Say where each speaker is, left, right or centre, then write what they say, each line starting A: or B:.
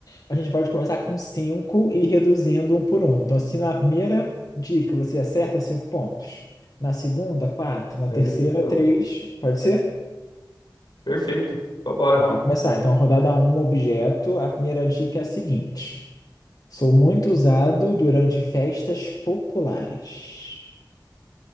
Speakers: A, on the left (about 55°); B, on the left (about 85°).
A: A gente pode começar com cinco e ir reduzindo um por um. Então, se na primeira dica você acerta, cinco pontos. Na segunda, quatro. Na
B: Certo.
A: terceira, três. Pode ser?
B: Perfeito. Então, bora.
A: Tá, vou começar. Então, rodada um, objeto. A primeira dica é a seguinte: sou muito usado durante festas populares.